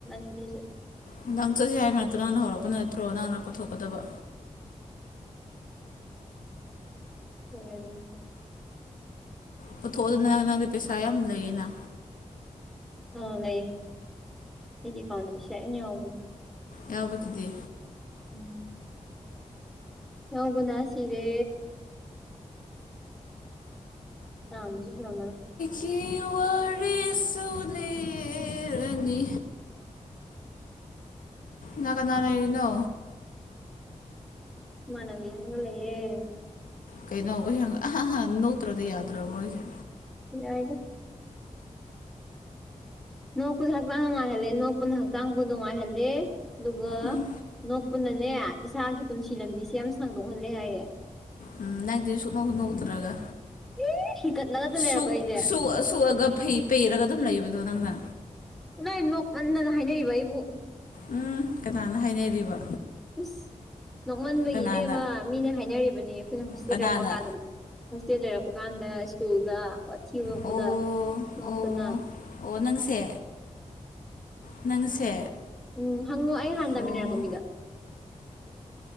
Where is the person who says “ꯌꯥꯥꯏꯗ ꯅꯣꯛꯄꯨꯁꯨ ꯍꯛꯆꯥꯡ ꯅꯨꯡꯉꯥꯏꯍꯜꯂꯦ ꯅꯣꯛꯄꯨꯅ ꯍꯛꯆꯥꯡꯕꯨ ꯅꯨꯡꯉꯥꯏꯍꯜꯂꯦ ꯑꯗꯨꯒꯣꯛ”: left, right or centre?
Centre